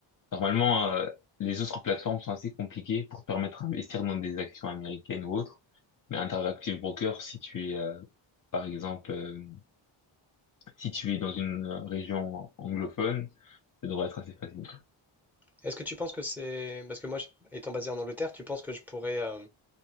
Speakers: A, on the left; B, in the centre.
A: normalement, euh, les autres plateformes sont assez compliquées pour te permettre d'investir dans des actions américaines ou autres, mais Interactive Broker, si tu es, euh, par exemple, euh, Si tu es dans une euh, région anglophone, ça devrait être assez facile.
B: Est-ce que tu penses que c'est... Parce que moi, je- étant basé en Angleterre, tu penses que je pourrais euh,